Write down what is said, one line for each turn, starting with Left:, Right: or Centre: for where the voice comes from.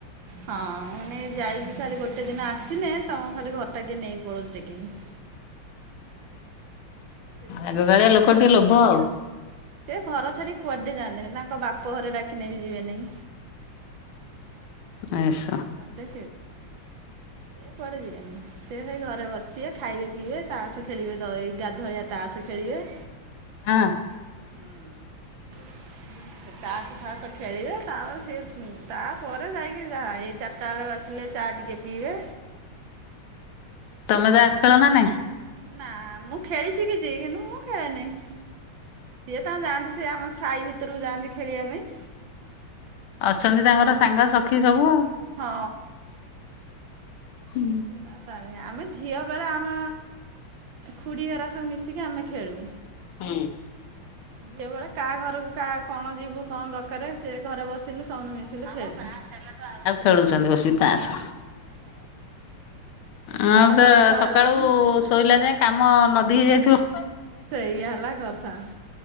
Right: ହଁ ମୁଁ ନେଇ ଯାଇକି ଖାଲି ଗୋଟେ ଦିନ ଆସିନେ ତମ ଖାଲି ଘରଟା କିଏ ନେଇକି ପଳଉଚି ଟେକୀକି। ସେ ଜମା
Left: ଆଗକାଳିଆ
Right: ଯିବେନି
Left: ଲୋକ
Right: କୁଆଡେ।
Left: ଟିକେ ଲୋଭ ଆଉ
Right: ସେ ଘର ଛାଡିକି କୁଆଡେ ଯାଆନ୍ତିନି ତାଙ୍କ ବାପ ଘରେ ଡାକିନେ ବି ଯିବେ ନେଇଁ।
Left: ଆସ୍
Right: <unintelligible> ସେ କୁଆଡେ ଯିବେନି। ସେ ସେଇ ଘରେ ବସିଥିବେ ଖାଇବେ ପିଇବେ ତାସ ଖେଳିବେ ଏଇ ଗାଧୁଆଳିଆ ତାସ ଖେଳିବେ।
Left: ହଁ।
Right: ହୁଁ। ତାସ ଫାସ ଖେଳିବେ ତାପରେ ସିଏ ତାପରେ ଯାଇକି ଯାହା। ଚାରିଟା ବେଳେ ଆସିଲେ ଚା ଟିକେ ପିଇବେ।
Left: ତମେ ତାସ ଖେଳ ନା ନାଇଁ?
Right: ନା ମୁଁ ଖେଳି ସିକିଚି। କିନ୍ତୁ ମୁଁ ଖେଳେ ନେଇଁ। ସିଏ ତା ଯାଆନ୍ତି ସେ ଆମ ସାହି ଭିତରକୁ ଯାଆନ୍ତି ଖେଳିବା ପାଇଁ।
Left: ଅଛନ୍ତି ତାଙ୍କର ସାଙ୍ଗସଖୀ ସବୁ ଆଉ।
Right: ହଁ।
Left: ହୁଁ।
Right: <unintelligible> ଆମେ ଝିଅ ବେଳେ ଆମ ଖୁଡ଼ି ହେରା ସବୁ ମିଶିକି ଆମେ ଖେଳୁ।
Left: ହୁଁ।
Right: ଝିଅ ବେଳେ କା ଘରକୁ କା କଣ ଯିବୁ କଣ ଦରକାର। ସେ ଘରେ ବସିଲୁ ସମସ୍ତେ ମିଶିଲୁ ଖେଳିଲୁ।
Left: ଖେଳୁଚନ୍ତି ବସିକି ତାସ।
Right: ହଁ। ସେ
Left: ଆମେ
Right: ତାର
Left: ତ
Right: ବୟସ
Left: ସକାଳୁ
Right: ହେଲାଣି।
Left: ଶୋଇଲା ଯାଏ କାମ ନଦୀ ହେଇ ଯାଇଥିବ।
Right: ସେଇଆ ହେଲା କଥା।